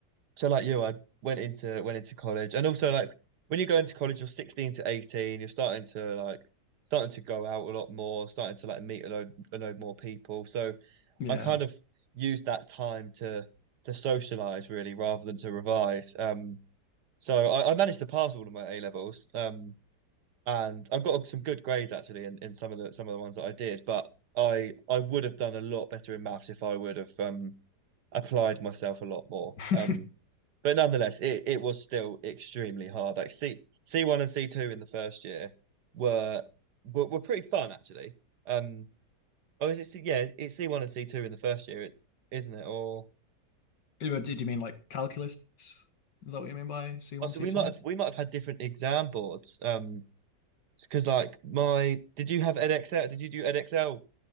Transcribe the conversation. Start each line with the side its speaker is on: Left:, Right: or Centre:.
Right: so like you, I went into went into college, and also like when you go into college, you're 16 to 18, you're starting to like starting to go out a lot more, starting to like meet a load a load more people. So
Left: yeah
Right: I kind of used that time to to socialize really rather than to revise. Um, so I, I managed to pass all of my A levels. Um, and I've got some good grades actually in, in some of the some of the ones that I did, but I I would have done a lot better in maths if I would have um applied myself a lot more.
Left: <laughs>
Right: Um, but nonetheless, it, it was still extremely hard. Like C C one and C two in the first year were were, were pretty fun actually. Um, Oh, is it? C- Yeah, it's, it's C1 and C2 in the first year, isn't it? Or
Left: but did you mean like calculus is that what you mean by c1
Right: oh, so
Left: c2
Right: we might have we might have had different exam boards. Um, because like my did you have EdXL? Did you do EdXL